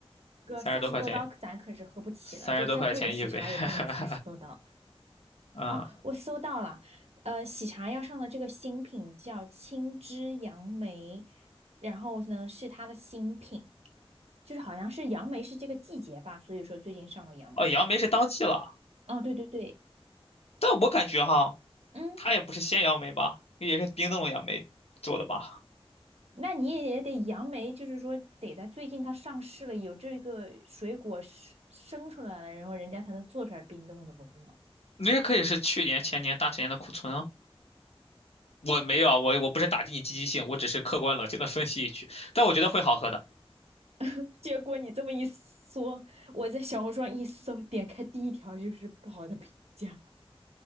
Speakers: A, on the right (about 90°); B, on the left (about 75°).
A: 哥，
B: 三十多块钱，
A: 三十多刀咱可是喝不起了，
B: 三十多块钱一杯。
A: 这再贵的喜茶也不能三十多刀。
B: <laughs> 嗯，
A: 哦，我搜到了，呃，喜茶要上的这个新品叫青汁杨梅，然后呢是它的新品，就是好像是杨梅是这个季节吧，所以说最近上了杨梅呢。
B: 哦，杨梅是当季了，
A: 哦，对对对，
B: 但我感觉哈，
A: 嗯，
B: 它也不是鲜杨梅吧，也是冰冻的杨梅做的吧？
A: 那你也得杨梅，就是说得在最近它上市了，有这个水果生生出来了，然后人家才能做出来冰冻的，不是吗？
B: 那也可以是去年前年大前年的库存啊。我没有啊，我我不是打击你积极性，我只是客观冷静的分析一句，但我觉得会好喝的，
A: <laughs> 结果你这么一说，我在小红书上一搜，点开第一条就是不好的评价，